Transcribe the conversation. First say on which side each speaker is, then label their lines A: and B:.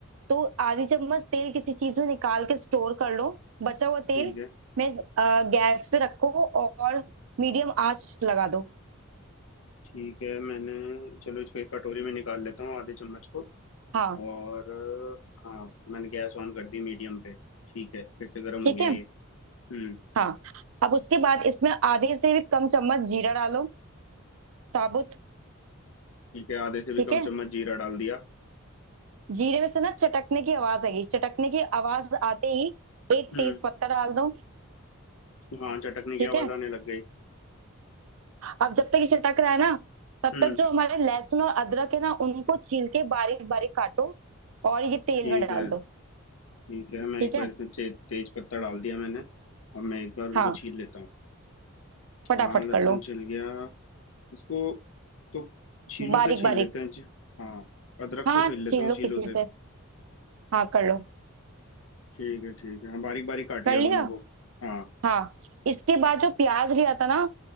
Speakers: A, on the right (about 75°); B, on the left (about 70°).
A: तो आधी चम्मच तेल किसी चीज में निकाल के स्टोर कर लो बचा हुआ तेल
B: ठीक है
A: में अ, गैस पे रखो और मीडियम आंच लगा दो
B: ठीक है मैंने चलो इसको एक कटोरी में निकाल लेता हूँ आधे चम्मच को
A: हाँ
B: और अ, हाँ मैंने गैस ऑन कर दी मीडियम पे ठीक है फिर से गर्म
A: ठीक
B: हो गया
A: है
B: ये हम्म
A: हाँ अब उसके बाद इसमें आधे से भी कम चम्मच जीरा डालो साबुत
B: ठीक है आधे से भी
A: ठीक
B: कम
A: है
B: चम्मच जीरा डाल दिया
A: जीरे में से ना चटकने की आवाज आएगी चटकने की आवाज आते ही एक
B: हम्म
A: तेज पत्ता डाल दो
B: हाँ चटकने की
A: ठीक
B: आवाज
A: है
B: आने लग गई
A: अब जब तक ये चटक रहा है ना तब
B: हम्म
A: तक जो हमारे लहसुन और अदरक है ना उनको छील के बारीक बारीक काटो और ये तेल
B: ठीक
A: में डाल
B: है
A: दो
B: ठीक है मैं
A: ठीक
B: एक बार
A: है
B: इसमें ते, तेज पत्ता डाल दिया मैंने अब मैं एक बार
A: हाँ
B: उनको छील लेता हूँ
A: फटाफट
B: हाँ लहसुन
A: कर लो
B: छिल गया इसको तो छीलू
A: बारीक
B: से छील
A: बारीक
B: लेते हैं जी। हाँ अदरक
A: हाँ
B: को छील लेता
A: छील
B: हूँ
A: लो
B: छीलू
A: किसी
B: से
A: से हाँ कर लो
B: ठीक है ठीक है हाँ बारीक बारीक काट
A: कर
B: लिया
A: लिया
B: दोनों को हाँ
A: हाँ इसके बाद जो प्याज लिया था ना